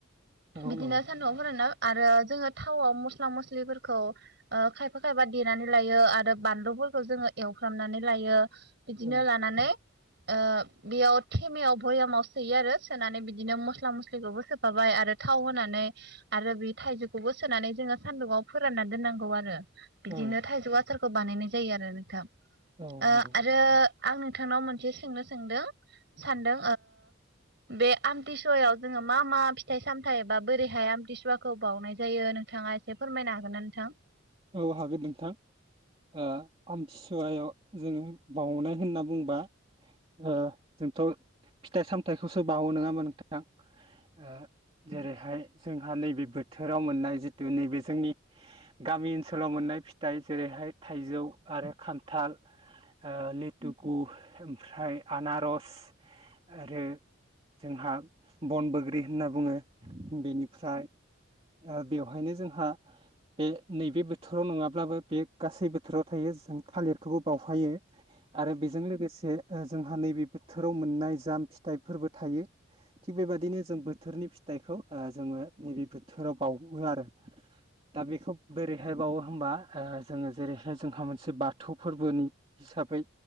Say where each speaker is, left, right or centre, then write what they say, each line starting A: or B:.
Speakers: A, on the right; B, on the right.
A: औ
B: बिदिनो सान्दुंआव फोरानना। आरो जोङो थावआव मस्ला मस्लिफोरखौ ओ खायफा खायफा देनानै लायो आरो बानलुफोरखौ जोङो एवफ्रामनानै लायो बिदिनो
A: औ
B: लानानै ओ बेयाव थेमेयाव भयामाव सोयो आरो सोनानै बिदिनो मस्ला मस्लिखौबो सोफाबाय आरो थाव होनानै आरो बे थाइजौखौबो सोनानै जोङो सानदुङाव फोराननानै दोननांगौ आरो बिदिनो
A: औ
B: थाइजौआ थारखौ बानायनाय जायो आरो नोंथां आ
A: औ नंगौ।
B: आरो आं नोंथांनाव मोनसे सोंनो सोंदों सानदों बे आमथिसुवायाव जोङो मा मा फिथाइ सामथायाइ बा बोरैहाय आमथिसुवाखौ बावउनाय जायो नोंथाङा एसे फोरमायनो हागोन ना नोंथां
A: औ हागोननोंथां आ आम सुआयाव जोङो बउनाय होनना बुंबा ओ जोंथ फिथाइ सामथायखौसो बावो नङामोन नोंथां बिथां <unintelligible> जेरैहाय जोंहा नैबे बोथोराव मोननाय जिथु नैबे जोंनि गामि ओनसोलाव मोननाय फिथाइ जेरैहाय थाइजौ आरो खान्थाल आ लिटु गु ओमफ्राय आनारस आरो जोंहा बन बोग्रि होनना बुङो । बेनिफ्राय बेवहायनो जोंहा बे नैबे बोथोराव नङाब्लाबो बे गासै बोथोराव थायो जों थालिरखौबो बावफायो । आरो बेजों लोगोसे जोंहा नैबे बोथोराव मोननाय जाम फिथाइफोरबो थायो । थिग बेबादिनो जों बोथोरनि फिथाइखौ जोङो नैबे बोथोराव बावो आरो । दा बेखौ बोरैहाय बावो होमबा ओ जोङो जेरैहाय जोंहा मोनसे बाथौ फोर्बोनि हिसाबै